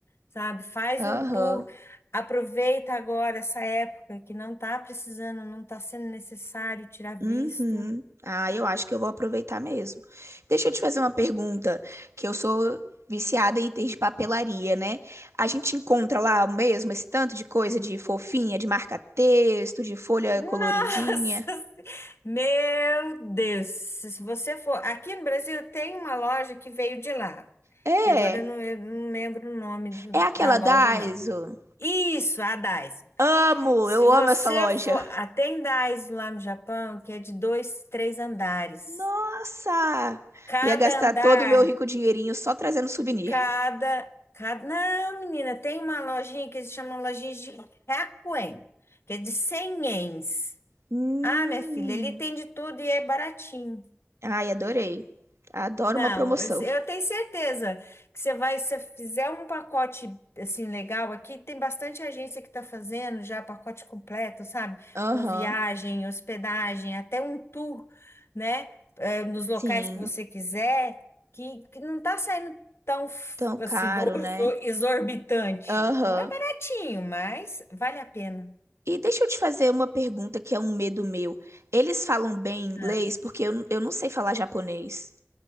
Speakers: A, on the left; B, on the right.
A: sabe? Faz
B: Aham.
A: um tour, aproveita agora essa época que não tá precisando, não tá sendo necessário tirar
B: Uhum.
A: visto.
B: Ah, eu acho que eu vou aproveitar mesmo. Deixa eu te fazer uma pergunta, que eu sou viciada em itens de papelaria, né? A gente encontra lá mesmo esse tanto de coisa de fofinha, de marca-texto, de folha
A: <laughs> Nossa,
B: coloridinha.
A: meu Deus! Se você for, aqui no Brasil tem uma loja que veio de lá,
B: É,
A: que agora eu não, eu não lembro o nome do-
B: é aquela
A: da loja,
B: Daiso.
A: não. Isso, a Daiso.
B: Amo,
A: Se
B: eu
A: você
B: amo essa loja.
A: for. ah, Tem Daiso lá no Japão que é de dois, três andares.
B: Nossa!
A: Cada
B: Ia gastar
A: andar,
B: todo o meu rico dinheirinho só trazendo souvenir.
A: cada. cada... Não, menina, tem uma lojinha que eles chamam lojinha de Hakuen, que é de 100 ienes.
B: Hum.
A: Ah, minha filha, ele tem de tudo e é baratinho.
B: Ai, adorei. Adoro
A: Não,
B: uma promoção.
A: eu eu tenho certeza que você vai, se você fizer um pacote assim legal aqui, tem bastante agência que está fazendo já pacote completo, sabe?
B: Aham.
A: Com viagem, hospedagem, até um tour, né? Eh, nos locais
B: Sim.
A: que você quiser, que, que não tá saindo tão f-
B: Tão caro,
A: assim, exo-
B: né?
A: exorbitante.
B: Aham.
A: Não é baratinho, mas vale a pena.
B: E deixa eu te fazer uma pergunta que é um medo meu. Eles falam bem inglês?
A: Ah.
B: Porque eu, eu não sei falar japonês.